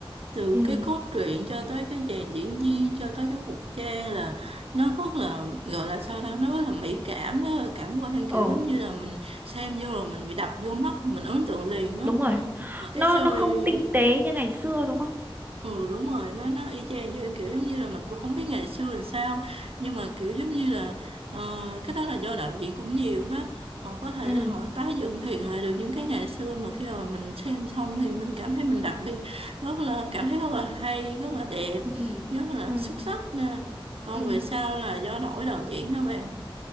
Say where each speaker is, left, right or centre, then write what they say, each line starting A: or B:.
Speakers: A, on the right; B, on the right.
A: Từ
B: ừ
A: cái cốt truyện cho tới cái dàn diễn viên, cho tới cái phục trang là nó rất là gọi là sao ta, nó rất là mỹ cảm, nó rất là cảm quan kiểu
B: ờ
A: giống như là mình xem vô rồi mình bị đập vô mắt, mình ấn tượng liền á.
B: đúng rồi
A: Nhưng mà
B: nó
A: cái series
B: nó không tinh tế như ngày xưa đúng không
A: Ừ đúng rồi nó nó y chang vậy kiểu giống như là mình cũng không biết ngày xưa làm sao nhưng mà kiểu giống như là ờ, cái đó là do đạo diễn cũng nhiều hết họ có thể
B: ừ
A: là họ tái dựng hiện lại được những cái ngày xưa mà khi mà mình xem xong thì mình cảm thấy mình đặc biệt rất là cảm thấy rất là hay rất là đẹp
B: ừ
A: rất là
B: ừ
A: xuất sắc nè còn
B: ừ
A: về sau là do đổi đạo diễn các bạn